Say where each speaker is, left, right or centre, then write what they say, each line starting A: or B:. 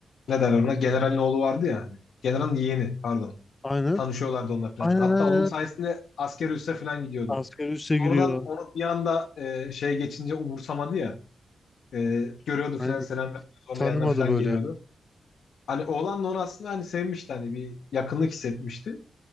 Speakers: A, on the left; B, on the left.
A: ne derler ona generalin oğlu vardı ya hani generalin yeğeni pardon
B: Aynen.
A: tanışıyorlardı onlar falan.
B: Aynen
A: Hatta
B: aynen.
A: onun sayesinde asker üsse falan gidiyordu.
B: Asgari üste giriyor.
A: Sonradan onu bir anda e, şey geçince umursamadı ya e, görüyordu
B: Aynen.
A: falan selam veriyordu sonra
B: Tanımadı
A: yanına falan
B: böyle.
A: geliyordu. Hani oğlan da onu aslında hani sevmişti hani bir yakınlık hissetmişti.